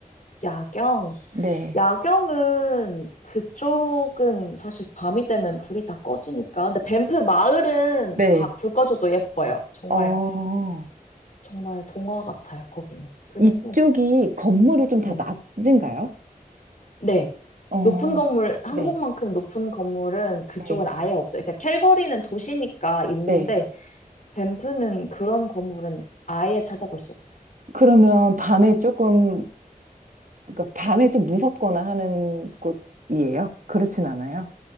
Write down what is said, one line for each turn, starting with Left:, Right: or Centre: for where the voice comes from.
Left: 야경,
Right: 네.
Left: 야경은 그쪽은 사실 밤이 되면 불이 다 꺼지니까. 근데 밴프 마을은
Right: 네.
Left: 바- 불 꺼져도 예뻐요. 정말
Right: 어,
Left: 정말 동화 같아요, 거기는. 그리고
Right: 이쪽이 건물이 좀
Left: 네.
Right: 다 낮은가요?
Left: 네.
Right: 어,
Left: 높은 건물, 한국만큼
Right: 네.
Left: 높은 건물은 그쪽은
Right: 네.
Left: 아예 없어요. 그러니까 캘거리는 도시니까 있는데
Right: 네.
Left: 밴프는 그런 건물은 아예 찾아볼 수 없어요.
Right: 그러면 밤에 조금 그러니까 밤에 좀 무섭거나 하는 곳이에요? 그렇진 않아요?